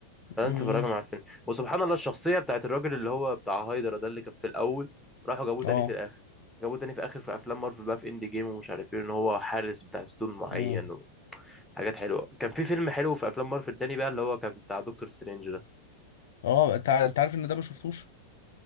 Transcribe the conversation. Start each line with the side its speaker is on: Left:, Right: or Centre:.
Centre: لازم
Left: امم
Centre: تتفرج مع الفيلم وسبحان الله الشخصيه بتاعت الراجل اللي هو بتاع هايدرا ده اللي كان في الاول راحوا جابوه تاني
Left: اه
Centre: في الاخر جابوه تاني في اخر في افلام مارفل بقى في اند جيم ومش عارف ايه ان هو حارس بتاع ستون معين
Left: امم
Centre: وحاجات حلوه كان في فيلم حلو في افلام مارفل تاني بقى اللي هو كان بتاع دكتور سترينج
Left: اه انت ع- انت عارف ان ده ما شفتوش